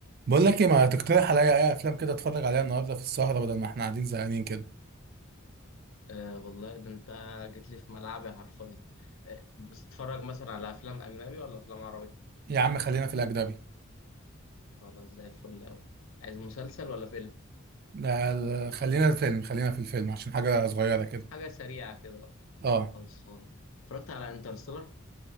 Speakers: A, on the right; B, on the left.
A: بقول لك ايه ما تقترح عليا اي افلام كده اتفرج عليها النهارده في السهره بدل ما احنا قاعدين زهقانين كده
B: أه والله ده انت جيت لي في ملعبي حرفيا أه بتتفرج مثلا على افلام اجنبي ولا افلام عربي
A: يا عم خلينا في الاجنبي
B: خلاص زي الفل قوي عايز مسلسل ولا فيلم
A: لا لا، خلينا الفيلم خلينا في الفيلم عشان حاجه صغيره كده
B: حاجه سريعه كده
A: اه
B: خلصان اتفرجت على انترستيلر